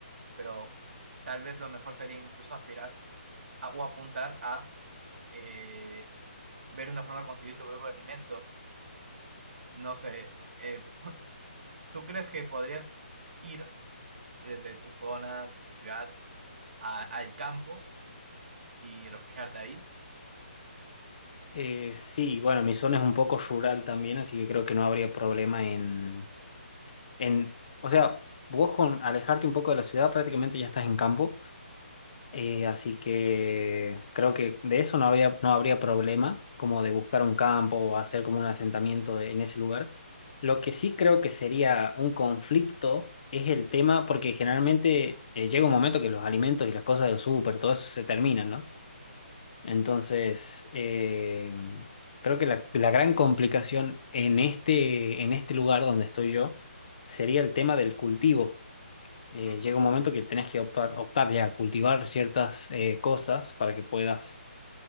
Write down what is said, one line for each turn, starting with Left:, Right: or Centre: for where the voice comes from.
Right: pero tal vez lo mejor sería incluso aspirar a- o apuntar a eh, ver una forma de conseguir tu propio alimento. No sé, eh, ¿tú crees que podrías ir desde tu zona, tu ciudad? a- al campo y refugiarte ahí.
Left: Eh, sí, bueno, mi zona es un poco rural también, así que creo que no habría problema en, en, o sea, vos con alejarte un poco de la ciudad prácticamente ya estás en campo, eh, así que creo que de eso no habría, no habría problema, como de buscar un campo o hacer como un asentamiento de- en ese lugar. Lo que sí creo que sería un conflicto es el tema, porque generalmente eh, llega un momento que los alimentos y las cosas del súper, todo eso se terminan, ¿no? Entonces, eh, creo que la, la gran complicación en este, en este lugar donde estoy yo sería el tema del cultivo. Eh,
Right: Ujú,
Left: llega un momento que tenés que optar, optar ya a cultivar ciertas eh, cosas para que puedas